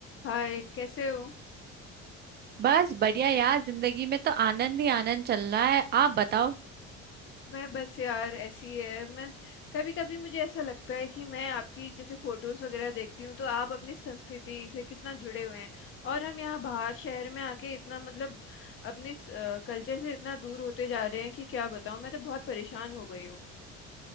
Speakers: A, on the left (about 40°); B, on the right (about 35°).
A: हाय कैसे हो
B: बस बढ़िया यार जिंदगी में तो आनंद ही आनंद चल रहा है आप बताओ
A: मैं बस यार ऐसी ही है मैं कभी कभी मुझे ऐसा लगता है कि मैं आपकी जैसे फोटोज वगैरह देखती हूँ तो आप अपनी संस्कृति से कितना जुड़े हुए हैं और हम यहाँ बाहर शहर में आके इतना मतलब अपने कल्चर से इतना दूर होते जा रहे हैं कि क्या बताऊँ मैं तो बहुत परेशान हो गई हूँ